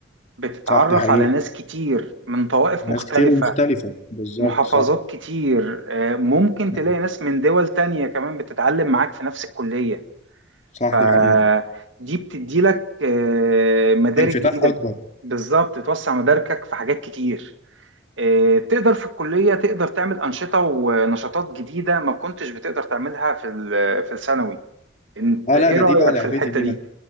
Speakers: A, on the right (about 85°); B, on the left (about 35°).
A: بتتعرف
B: صح دي حقيقه
A: على ناس كتير من طوائف
B: ناس
A: مختلفه
B: كتير ومختلفه بالظبط
A: محافظات
B: صح
A: كتير آه، ممكن تلاقي
B: أيوة.
A: ناس من دول تانية كمان بتتعلم معاك في نفس الكلية
B: صح
A: فدي
B: دي حقيقه
A: بتدي لك آه، مدارك
B: انفتاح
A: جديدة
B: اكبر
A: بالظبط بتوسع مداركك في حاجات كتير آه، تقدر في الكلية تقدر تعمل أنشطة ونشاطات جديدة ما كنتش بتقدر تعملها في ال- في الثانوي انت
B: اه
A: ايه
B: لا ده
A: رأيك
B: دي بقى لعبتي
A: في الحتة
B: دي
A: دي؟